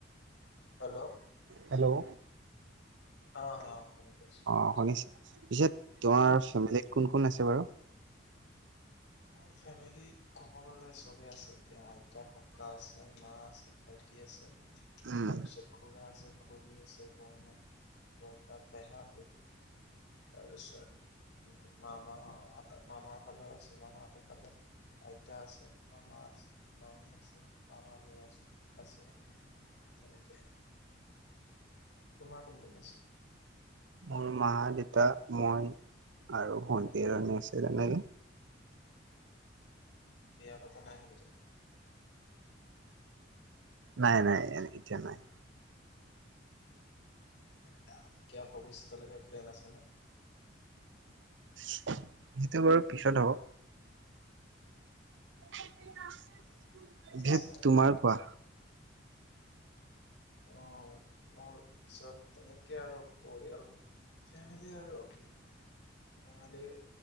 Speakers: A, on the left; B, on the right.
A: হেল্লৌ'
B: হেল্লৌ'
A: অঁ' অঁ' শুনি পাইছো।
B: অঁ শুনিছো পিছে তোমাৰ ফেমিলীত কোন কোন আছে বাৰু?
A: মোৰ ফেমিলীত ক'ব গ'লে চবেই আছে এতিয়া আইতা, ককা আছে, মা আছে, ভাইটি আছে।
B: উম
A: তাৰপিছত খুৰা আছে, খুৰী আছে, বৰ্মা, বৰটা পেহা, পেহী। তাৰপিছত এ মামা মামা ফালেও আছে মামাহতৰ ফালে। আইতা আছে, মামা আছে, মামী আছে, মামাৰ লৰা আছে। আছে তেনেকে তোমাৰ কোন কোন আছে?
B: মোৰ মা, দেউতা, মই আৰু ভণ্টি এজনী আছে তেনেকে।
A: বিয়া পতা নাই নেকি তুমি?
B: নাই নাই ইতিয়া নাই।
A: কিবা ভৱিষ্যতলৈকে প্লেন আছে নে?
B: সেইটো বাৰু পিছত হ'ব। এতিয়া
A: আচ্ছা
B: তোমাৰ কোৱা?
A: অ। মোৰ পিছত তেনেকে আৰু পৰিয়াল ফেমিলি আৰু। ফেমিলি